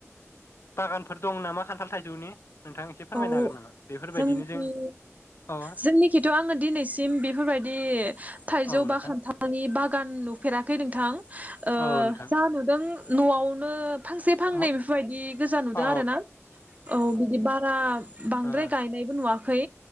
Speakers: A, on the left; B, on the right.
A: बागानफोर दं नामा खान्थाल थाइजौनि? नोंथां एसे फोरमायनो
B: औ
A: हागोन नामा बेफोरबायदिनो
B: जोंनिखि
A: जों औ
B: जोंनिखिथ' आङो दिनैसिम बेफोरबायदि थाइजौ
A: औ नोंथां
B: बा खान्थानि बागान नुफेराखै नोंथां। ओ
A: औ नोंथां
B: जा नुदों न'आवनो फांसे फांनै
A: औ
B: बेफोरबायदि गोजा नुदों
A: औ
B: आरो ना औ बिदि बा <unintelligible> बांद्राय
A: ओ
B: गायनायबो नुवाखै